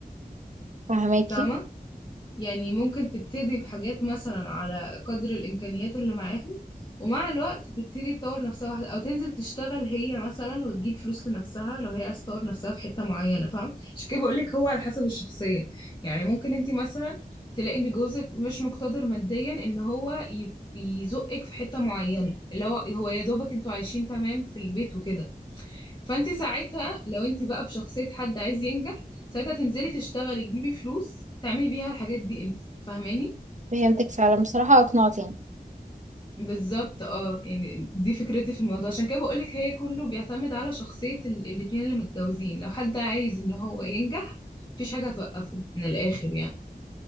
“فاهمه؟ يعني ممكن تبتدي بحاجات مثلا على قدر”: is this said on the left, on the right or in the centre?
Left